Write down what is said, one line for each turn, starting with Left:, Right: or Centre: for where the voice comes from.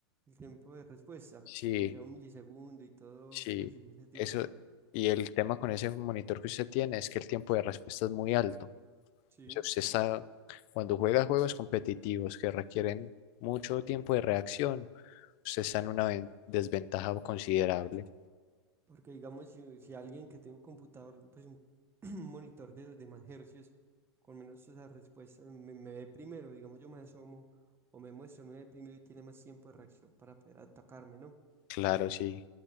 Right: el tiempo de respuesta,
Left: Sí,
Right: que sea un milisegundo y todo,
Left: sí.
Right: pues ese tipo
Left: Eso,
Right: de cosas.
Left: y el tema con ese monitor que usted tiene es que el tiempo de respuesta es muy alto.
Right: Sí.
Left: O sea, usted está, cuando juega juegos competitivos que requieren mucho tiempo de reacción, usted está en una ven- desventaja considerable.
Right: Porque digamos, si, si alguien que tiene un computador, pues un, <clears throat> monitor de los demás hercios, con menos esas respuestas me, me ve primero, digamos, yo me asomo o me muestro, me ve primero y tiene más tiempo de reacción para poder atacarme, ¿no?
Left: Claro, sí.